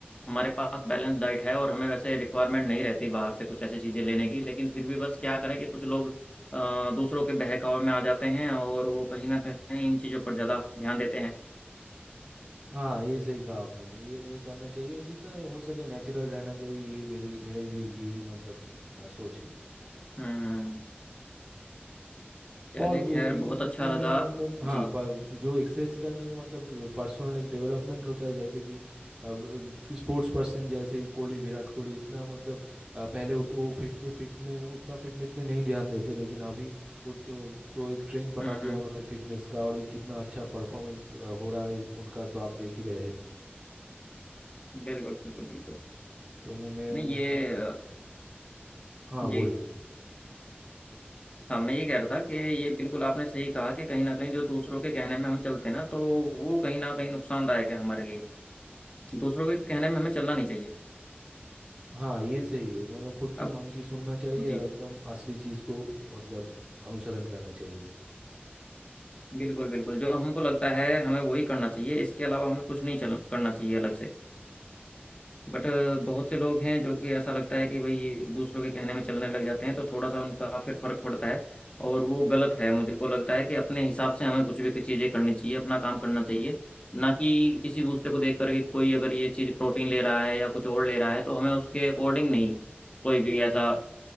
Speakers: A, on the left; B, on the right.
A: हमारे पास बैलेंस डाइट है और हमें वैसे रिक्वायरमेंट नहीं रहती बाहर से कुछ ऐसी चीज़ें लेने की लेकिन फिर भी बस क्या करें कि कुछ लोग अ, दूसरों के बहकावे में आ जाते हैं और वो कहीं ना कहीं इन चीज़ों पर ज़्यादा ध्यान देते हैं
B: हाँ ये सही कहा आपने ये नहीं करना चाहिए और जितना हो सके नेचुरल रहना चाहिए यही मेरी मेरे भी यही मतलब अ, सोच है
A: हम्म चलिए
B: और वे-
A: खैर
B: ये
A: बहुत
B: देखा
A: अच्छा
B: है
A: लगा
B: मैंने मतलब हाँ
A: जी
B: प- जो एक्सरसाइज करने के मतलब पर्सनल एक डेवलपमेंट होता है जैसे कि स्पोर्ट्स पर्सन जैसे कि कोहली विराट कोहली इतना मतलब अ, पहले उत- वो फिटने फिटने उतना फिटनेस में नहीं ध्यान देते लेकिन अभी वो तो, तो एक ट्रेंड बना
A: हम्म
B: दिया
A: हम्म
B: उन्होंने फिटनेस का और ये कितना अच्छा परफॉर्मेंस हो रहा है उनका तो आप देख ही रहे हैं
A: बिल्कुल बिल्कुल बिल्कुल
B: तो मु- मैं
A: नहीं
B: मुझसे
A: ये अ,
B: हाँ
A: जी
B: बोलिए आप
A: हाँ मैं ये कह रहा था कि ये बिल्कुल आपने सही कहा कि कहीं ना कहीं जो दूसरों के कहने में हम चलते हैं ना तो वो कहीं ना कहीं नुकसानदायक है हमारे लिए दूसरों के कहने में हमें चलना नहीं चाहिए
B: हाँ ये सही है मतलब खुद की
A: अब
B: मन की सुनना चाहिए
A: जी
B: और एकदम असली चीज़ को मतलब अनुसरण करना चाहिए
A: बिल्कुल बिल्कुल जो हमको लगता है हमें वही करना चाहिए इसके अलावा हमें कुछ नहीं चल करना चाहिए अलग से बट बहुत से लोग हैं जो कि ऐसा लगता है कि भाई दूसरों के कहने में चलने लग जाते हैं तो थोड़ा सा उनका फिर फर्क पड़ता है और वो गलत है मुझे को लगता है कि अपने हिसाब से हमें कुछ भी चीज़ें करनी चाहिए अपना काम करना चाहिए ना कि किसी दूसरे को देख करके कोई अगर ये चीज़ प्रोटीन ले रहा है या कुछ और ले रहा है तो हमें उसके अकॉर्डिंग नहीं कोई भी ऐसा